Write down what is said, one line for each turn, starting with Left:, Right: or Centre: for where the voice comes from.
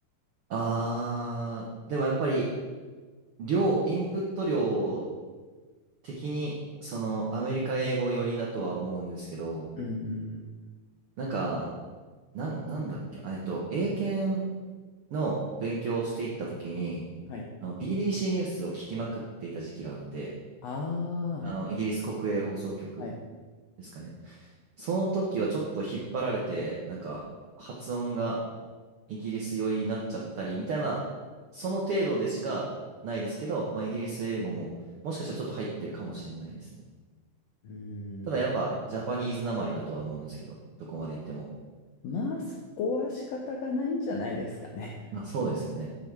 Right: あー、でもやっぱり量、インプット量的に、その、アメリカ英語寄りだとは思うんですけど、
Left: うんうんうん。
Right: なんか、なん、なんだっけ、あえっと、英検の勉強をしていた時に、
Left: はい。
Right: あの、BBC ニュースを聞きまくっていた時期があって、
Left: あ
Right: あの、イギリス国営放送局
Left: あ、はい。
Right: ですかね。その時はちょっと引っ張られて、なんか、発音がイギリス寄りになっちゃったり、みたいな、その程度でしかないですけど、まあ、イギリス英語も、もしかしたらちょっと入ってるかもしれないですね。
Left: うー
Right: ただやっぱジャパニーズなまりだとは思うんですけど、
Left: ん。
Right: どこまで行っても。
Left: まあそこは仕方がないんじゃないですかね。
Right: まあそうですよね。